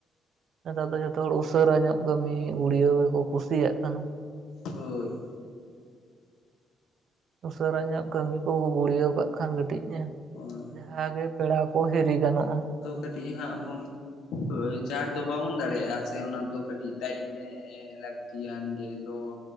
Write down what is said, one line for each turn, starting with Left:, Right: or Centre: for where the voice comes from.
Right: ᱱᱮᱛᱟᱨ ᱫᱚ ᱡᱚᱛᱚ ᱦᱚᱲ ᱩᱥᱟᱹᱨᱟ ᱧᱚᱜ ᱠᱟᱹᱢᱤ ᱜᱩᱲᱭᱟᱹᱣ ᱜᱮᱠᱚ ᱠᱩᱥᱤᱭᱟᱜ ᱠᱟᱱᱟ᱾
Left: ᱦᱳᱭ᱾
Right: ᱩᱥᱟᱹᱨᱟ ᱧᱚᱜ ᱠᱟᱹᱢᱤ ᱠᱚᱦᱚᱸ ᱜᱩᱲᱭᱟᱹᱣ ᱠᱟᱜ ᱠᱷᱟᱱ ᱠᱟᱹᱴᱤᱡ ᱧᱚ
Left: ᱦᱳᱭ
Right: ᱡᱟᱦᱟᱸᱜᱮ ᱯᱮᱲᱟ ᱠᱚ ᱦᱤᱨᱤ ᱜᱟᱱᱚᱜᱼᱟ
Left: ᱠᱟᱹ ᱦᱮᱸ <unintelligible> ᱦᱳᱭ ᱪᱟᱨ ᱫᱚ ᱵᱟᱵᱚᱱ ᱫᱟᱲᱮᱭᱟᱜᱼᱟ ᱥᱮ ᱚᱱᱟ ᱫᱚ ᱠᱟᱹᱴᱤᱡ ᱴᱟᱭᱤᱢ ᱮ ᱧᱟᱜ ᱞᱟᱹᱠᱛᱤᱭᱟᱱ ᱜᱮ ᱫᱚᱦᱚ